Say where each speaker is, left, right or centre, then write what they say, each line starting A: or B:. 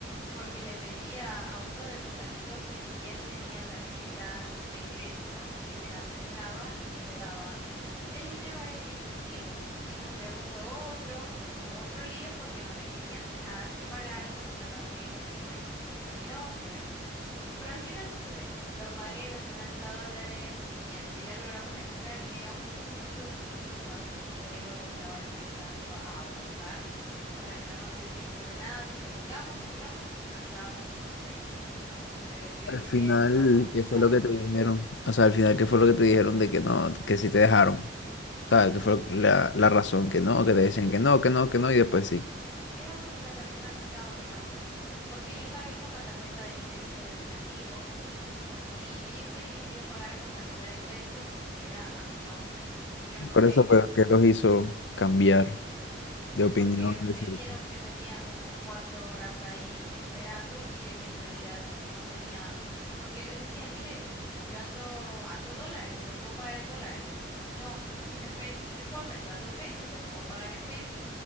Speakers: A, on the left; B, on the left.
A: porque le pedía a a uno de mis amigos que si él tenía tarjeta de crédito, si me la prestaba y yo le daba el dinero a él en efectivo. Y pues luego fue otro, otro lío porque no me querían dejar que pagara con una tarjeta que no estuviera a mi nombre. Pero al final pude. Lo pagué los 90 dólares y al final logramos entrar y llegamos justo, justo cuando el vuelo estaba empezando a abordar. O sea que no nos dio tiempo de nada, solo llegamos, entramos y pasamos directo. Pero yo
B: Al
A: llegué
B: final,
A: traumatizada.
B: ¿qué fue lo que te dijeron? O sea, al final, ¿qué fue lo que te dijeron de que no, que sí te dejaron? O sea, ¿qué fue la, la razón que no, que te decían que no, que no, que no, y después sí?
A: Era porque la tarjeta no estaba a mi nombre. Porque yo pagué con la tarjeta de crédito de mi amigo y ellos querían que yo pagara con tarjeta de crédito que estuviera a mi nombre. Y yo no
B: Por
A: tengo.
B: eso, pero ¿qué los hizo cambiar
A: Pues
B: de opinión?
A: porque
B: de
A: me
B: cierto?
A: vieron que tenía como cuatro horas ahí esperando y de que en realidad n- no tenía, porque yo les decía, mire, yo ando, ando dólares, le puedo pagar en dólares. No, es que es en pesos, no importa, yo ando pesos, le puedo pagar en pesos.